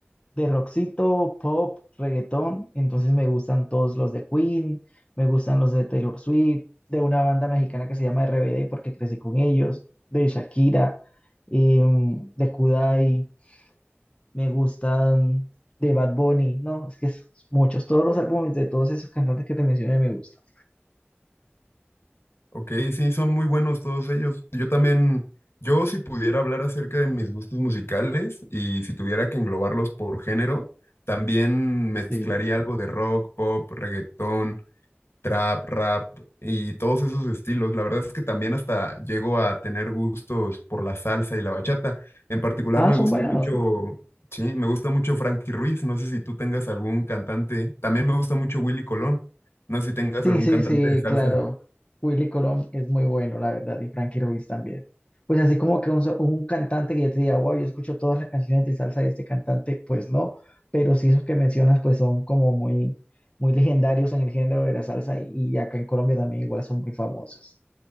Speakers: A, on the left (about 25°); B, on the left (about 75°).
A: de rockcito, pop, reggaetón, entonces me gustan todos los de Queen, me gustan los de Taylor Swift, de una banda mexicana que se llama RBD porque crecí con ellos, de Shakira, em, de Kudai, me gustan de Bad Bunny, no, es que es muchos, todos los álbumes de todos esos cantantes que te mencioné me gustan.
B: Ok, sí, son muy buenos todos ellos. Yo también, yo si pudiera hablar acerca de mis gustos musicales y si tuviera que englobarlos por género, también mezclaría
A: Sí.
B: algo de rock, pop, reggaetón, trap, rap y todos esos estilos. La verdad es que también hasta llego a tener gustos por la salsa y la bachata. En particular
A: Ah,
B: me
A: son
B: gusta
A: buenas
B: mucho, sí, me gusta mucho Frankie Ruiz. No sé si tú tengas algún cantante. También me gusta mucho Willy Colón. No sé si tengas
A: Sí,
B: algún
A: sí,
B: cantante
A: sí,
B: de salsa.
A: claro. Willy Colón es muy bueno, la verdad, y Frankie Ruiz también. Pues así como que un, so- un cantante que yo te diga, wow, yo escucho todas las canciones de salsa de este cantante, pues no, pero sí esos que mencionas, pues son como muy, muy legendarios en el género de la salsa y, y acá en Colombia también igual son muy famosos.